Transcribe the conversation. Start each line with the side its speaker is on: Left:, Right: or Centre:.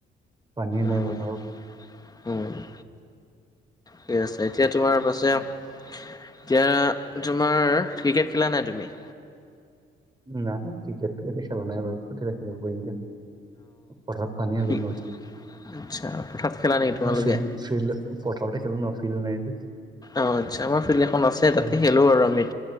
Right: পানীয়ে নাই
Left: উম
Right: পথাৰত
Left: ঠিক আছে এতিয়া তোমাৰ পাছে এতিয়া তোমাৰ ক্ৰিকেট খেলা নাই তুমি
Right: না ক্ৰিকেটো এতিয়া খেলা নাই বাৰু পথাৰ পানী হৈ গল
Left: অ
Right: নহয়
Left: আচ্ছা, পথাৰত খেলা নেকি তোমালোকে?
Right: ফিল্ড ফিল্ড পথাৰতে খেলো ন ফিল্ড নাই যে।
Left: অ' আচ্ছা আমাৰ ফিল্ডখন আছে, তাতে
Right: উম
Left: খেলো আৰু আমি।